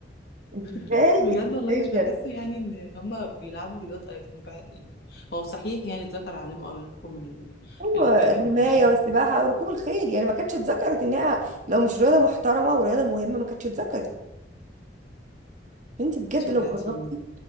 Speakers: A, on the right (about 45°); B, on the left (about 65°).
A: انت ازاي
B: <laughs> بجد
A: انت ازاي
B: والله مش بحس
A: بجد
B: يعني ان هما بيلعبوا رياضة مش بح... يعني هو صحيح يعني اتذكر علموا اولادكم ال...
A: ايوه
B: الخير
A: الرمايه
B: والرماية
A: والسباحه
B: وكده
A: وركوب الخيل يعني ما كانتش اتذكرت انها لو مش رياضه محترمه ورياضه مهمه ما كانتش اتذكرت انت بجد
B: شجعتيني
A: لو جربتي